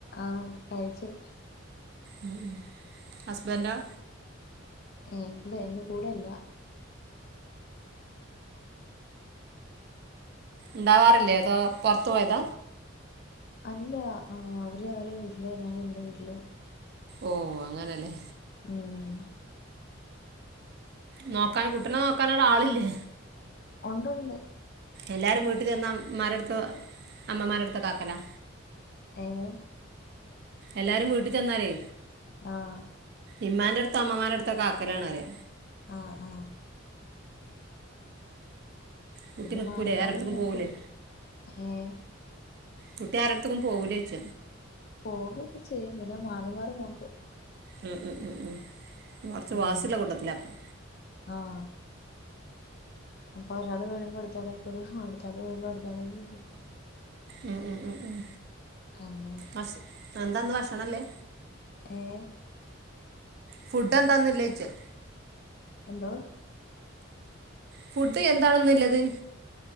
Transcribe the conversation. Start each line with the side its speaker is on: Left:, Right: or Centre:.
Left: ആഹ്. കഴിച്ച്.
Right: ഉം. ഹസ്ബന്റൊ?
Left: ഏ ബടെ എൻ്റെ കൂടെയല്ല
Right: ണ്ടാവാറില്ലേ അതോ പൊർത്ത് പോയത
Left: അല്ല അവര് അവരെ വീട്ടിൽ ഞാൻ എൻ്റെ വീട്ടിൽ
Right: ഓ അങ്ങനെലേ
Left: ഉം
Right: നോക്കാൻ കുട്ട്ടിനെ നോക്കാനടെ ആളില്ലേ
Left: ഉണ്ടുണ്ട്
Right: എല്ലാരും വീട്ടിൽചെന്നാൽ മ്മാരെട്തു അമ്മമാരെട്ത്തൊക്കാക്കലാ
Left: ഏഹ്
Right: എല്ലാരും വീട്ടി ചെന്നാലെ
Left: ആഹ്
Right: ഇമ്മാന്റെട്ത്തൊ അമ്മമാരെട് ത്തൊക്കാക്കലാണറിയാ
Left: ആഹ് ആഹ്
Right: കുട്ടി
Left: പിന്നെ
Right: നിക്കൂലേ
Left: മാറി
Right: ആരെട്ത്ത്ക്കും
Left: മാറി നോക്കും
Right: പോവൂലേ?
Left: ഏഹ്
Right: കുട്ടി ആരട്ത്ത്ക്കും പോവൂലെയ്ച
Left: പോകൊക്കെ ചെയ്യും പിന്നെ മാറി മാറി നോക്കും
Right: ഉം ഉം ഉം ഉം കൊർച്ച്
Left: ഉം
Right: വാസിള്ള കൂട്ടത്തില പ്പം
Left: ആഹ് അപ്പൊരാൾ വരുമ്പോ അടുത്താളയിപ്പെടും അടുത്താൾ വരുമ്പോ അടുത്ത ആളയിപ്പെടും
Right: ഉം ഉം ഉം
Left: അങ്ങനെ
Right: അസ് എന്താന്ന് ഭക്ഷണം ള്ളെ
Left: ഏഹ്
Right: ഫുടെന്താ ന്ന് ള്ളെ ചോയ്ച്ച
Left: എന്തോ
Right: ഫുഡ് എന്താണെന്നുള്ളത്